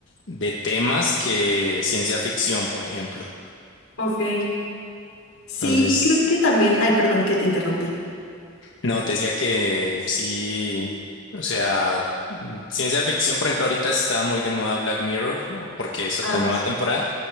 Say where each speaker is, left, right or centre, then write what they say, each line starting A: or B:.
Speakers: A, on the left (about 60°); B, on the left (about 85°).
A: de temas que ciencia ficción, por ejemplo.
B: ok. Sí,
A: Entonces,
B: y creo que también, ay, perdón que te interrumpí.
A: No, te decía que sí, o sea, mm, ciencia ficción, por ejemplo, ahorita está muy de moda Black Mirror, o porque sacó
B: Ah,
A: nueva
B: sí.
A: temporada,